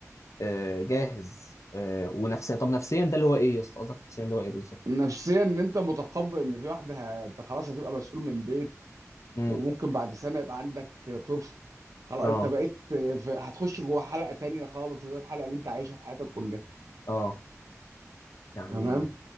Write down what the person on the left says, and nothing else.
آه جاهز آه ونفسيا طب نفسيا ده اللي هو ايه يا اسطى قصدك نفسيا اللي هو ايه بالظبط
امم
اه
اه يعني